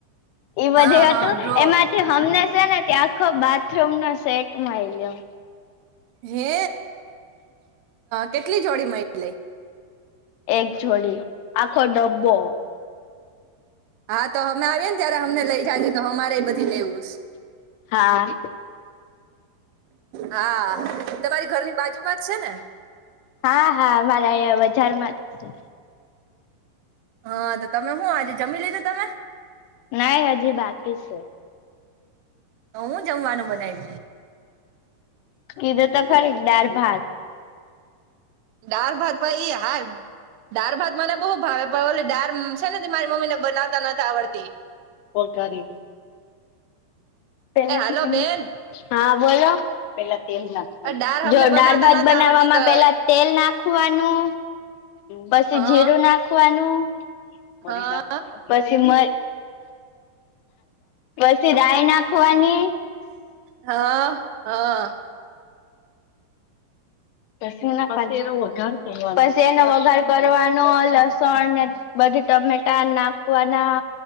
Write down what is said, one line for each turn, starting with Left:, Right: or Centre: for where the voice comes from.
Left: એ બધું
Right: હા
Left: હતું
Right: હા ડ્રો
Left: એમાંથી હમને છે ને ત આખો બાથરૂમ નો સેટ મળીયો
Right: હે કેટલી જોડી મળી
Left: એક જોડી આખો ડબ્બો
Right: હા તો અમે આવીએ ને ત્યારે અમને લઇ જાજે તો અમારે બધું લેવું છે
Left: હા
Right: હા તમારી ઘરની બાજુમાં જ છે ને
Left: હા હા મારે બજારમાં જ છે
Right: હા તો તમે શું આજે જમી લીધું તમે
Left: નહી હજી બાકી છે
Right: તો હું જમવાનું બનાવ્યું
Left: કીધું તો ખરી દાળ ભાત
Right: દાળ ભાત ભ એ હાર દાળ ભાત મને બહુ ભાવે પણ ઓલી દાળ છે ને મારી મમ્મી ને બનાવતા નથી આવડતી
Left: ઓગળ ઓગાળી નૅ એનાથી
Right: એ હાલો
Left: કઈ
Right: બેન
Left: હા બોલો પહેલા તેલ નાખ
Right: આ દાળ અમને
Left: જો
Right: બનાવતા
Left: દાળ ભાત
Right: નથ
Left: બનાવવામાં
Right: આવડતી તો
Left: પહેલા તેલ નાખવાનું પછી
Right: હા
Left: જીરું નાખવાનું મરી
Right: હા
Left: પછી મ પછી રાય નાખવાની
Right: હા હા
Left: પછી એનો વઘાર કરવાનો તેનો વઘાર કરવાનો લસણ ને બધું ટમેટા નાખવાના